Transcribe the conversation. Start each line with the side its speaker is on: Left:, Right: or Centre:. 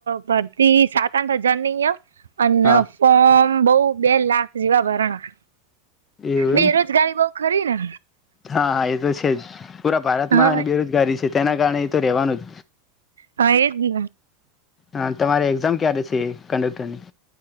Right: ભરતી સાત આઠ હજારની અને
Left: હા
Right: ફોમ બહ બે લાખ જેવા ભરાણા
Left: એવું
Right: બેરોજગારી
Left: એમ
Right: બઉ ખરી ને
Left: હા હા એ તો છે જ પુરા ભારતમાંને
Right: હા
Left: બેરોજગારી છે તેના કારણે એ તો રહેેવાનું જ
Right: હા એજ ને
Left: હ તમારી એક્ઝામ ક્યારે છે કંડક્ટરની